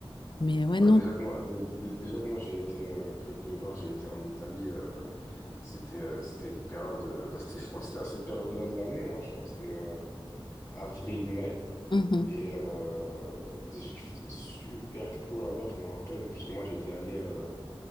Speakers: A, on the left; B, on the left.
A: Mais ouais,
B: Bah,
A: non.
B: déjà que moi, dé- dé- déjà que moi j'ai été euh, que, que quand j'ai été en Italie, euh, c'était euh, c'était une période. euh, bah, c'était- je crois que c'était à cette période-là de l'année. Hein, je crois que c'était avril-mai.
A: Mhm.
B: Et euh, déjà qu'il faisait super chaud là-bas, je m'en rappelle. Parce que moi, j'étais allé, euh,